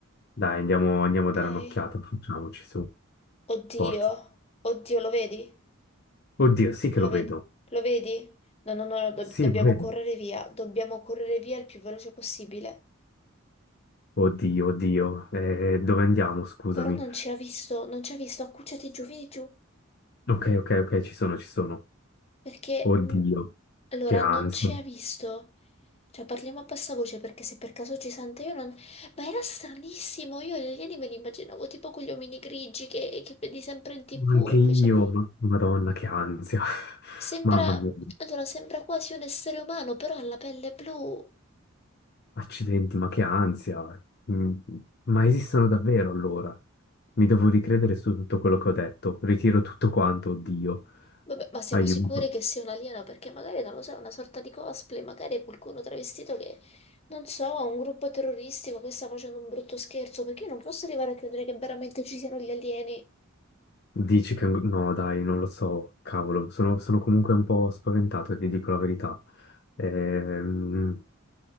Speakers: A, on the left (about 50°); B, on the left (about 30°).
A: Dai, andiamo, andiamo a dare
B: Ok.
A: un'occhiata, facciamoci su,
B: Oddio,
A: forza.
B: oddio, lo vedi?
A: Oddio, sì che
B: Lo
A: lo
B: vedi?
A: vedo.
B: Lo vedi? No, no, no, dob-
A: Sì,
B: dobbiamo
A: lo vedo.
B: correre via, dobbiamo correre via il più veloce possibile.
A: Oddio, oddio. Eh, dove andiamo? Scusami.
B: Però non ci ha visto, non ci ha visto, accucciati giù, vieni giù,
A: Ok, ok, ok, ci sono, ci sono.
B: perché...
A: Oddio,
B: mm, allora,
A: che ansia.
B: non ci ha visto. Cioè, parliamo a bassa voce perché se per caso ci sente io non... Ma era stranissimo, io gli alieni me li immaginavo tipo quegli omini grigi che, che vedi sempre in tv,
A: Ma Anche
B: invece
A: io, ma- Madonna, che ansia. <laughs>
B: sembra...
A: Mamma mia,
B: Allora, sembra quasi un essere umano, però ha la pelle blu.
A: accidenti, ma che ansia. Mm, Ma esistono davvero allora? Mi devo ricredere su tutto quello che ho detto. Ritiro tutto quanto, oddio.
B: Vabbè, ma siamo
A: Aiuto.
B: sicuri che sia un alieno perché magari, non lo so, è una sorta di cosplay, magari è qualcuno travestito che, non so, un gruppo terroristico che sta facendo un brutto scherzo, perché io non posso arrivare a credere che veramente ci siano gli alieni.
A: Dici che... No, dai, non lo so, cavolo. Sono, sono comunque un po' spaventato, ti dico la verità. Ehm,